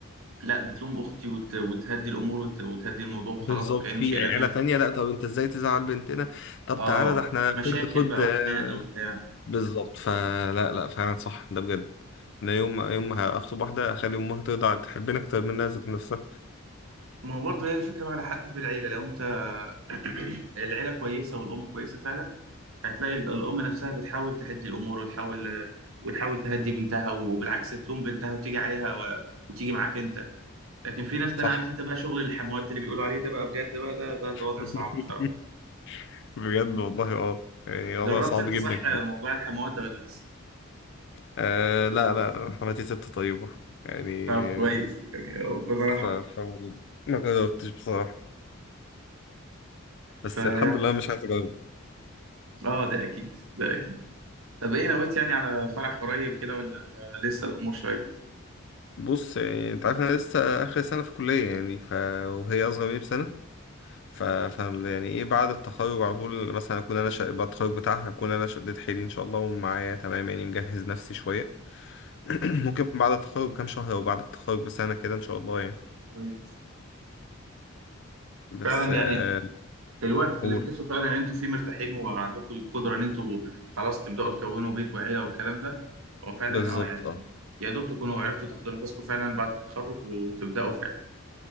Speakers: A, on the right; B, on the left.
A: لا بتلوم أختي وت- وتهدي الأمور وت- وتهدي الموضوع وخلاص
B: بالظبط
A: وكأن
B: في
A: شيء
B: عيله
A: لم يكن
B: تانية لا طب انت ازاي تزعل بنتنا طب
A: اه
B: تعالى ده احنا
A: مشاكل
B: خد خد
A: بقى
B: آه،
A: وخناقه وبتاع
B: بالظبط فلا لا فعلا صح ده بجد انا يوم يوم ما هخطب واحده اخلي امها ترضى تحبني اكتر منها ذات نفسها
A: ما هو برضه هي الفكره بقى على حسب العيله لو انت <clears throat> العيله كويسه والام كويسه فعلا هتلاقي ال- الام نفسها بتحاول تهدي الامور وتحاول وتحاول تهدي بنتها وبالعكس تلوم بنتها وتيجي عليها و... وتيجي معاك انت لكن في ناس
B: صح
A: تانية عارف انت بقى شغل الحموات اللي بيقولوا عليه ده بقى بجد بقى ده ده الوضع
B: <laughs>
A: صعب بصراحه
B: بجد والله اه يعني والله
A: جربت
B: صعب
A: انت
B: جدا
A: صح موضوع الحموات ده ولا لسه؟
B: آه لا لا حماتي ست طيبة يعني
A: طب كويس
B: آه،
A: يعني ربنا
B: ف...
A: رحمه
B: ف... ما جربتش بصراحة بس
A: فيعني
B: الحمد لله مش عايز اجرب
A: اه ده اكيد ده اكيد طب ايه نويت يعني على فرح قريب كده ولا لسه الامور شويه
B: بص يعني انت عارف انا لسه اخر سنة في كلية يعني ف... وهي اصغر مني بسنة ف... فاهم يعني ايه بعد التخرج على طول مثلا اكون انا ش... بعد التخرج بتاعها اكون انا شديت حيلي ان شاء الله ومعايا تمام يعني مجهز نفسي شوية <clears throat> ممكن بعد التخرج بكام شهر او بعد التخرج بسنة كده ان شاء الله يعني
A: كويس
B: بس
A: فعلا
B: آه
A: يعني الوقت
B: قول
A: اللي تحسوا فعلا ان انتوا فيه مرتاحين وعندكم القدره ان انتوا خلاص تبداوا تكونوا بيت وعيله والكلام ده هو فعلا
B: بالظبط
A: اه يعني
B: اه
A: يا دوب تكونوا عرفتوا تاخدوا نفسكم فعلا بعد التخرج وتبداوا فعلا